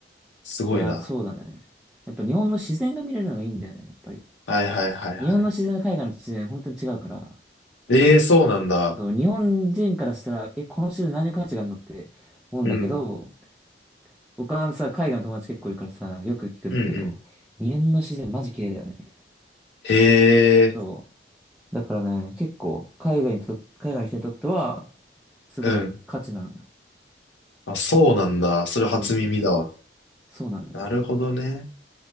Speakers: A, on the left; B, in the centre.
A: すごいな。
B: いや、そうだね。やっぱ日本の自然が見れるのがいいんだよね、やっぱり。
A: はいはいはいはい。
B: 日本の自然と海外の自然、本当に違うから。
A: えー、そうなんだ。
B: そう、日本人からしたら、え、この自然何の価値があるのって思うんだけど、
A: うん。
B: 僕はさ、海外の友達結構いるからさ、よく聞くんだけど、
A: うんうん。
B: 日本の自然マジ綺麗だよね、みたいな。
A: へえ、
B: そう。だからね、結構、海外にと、海外の人にとっては、すごい価値なのよ。
A: うん。あ、そうなんだ。それ初耳だわ。
B: そうそうそう。そうなのよ。
A: なるほどね。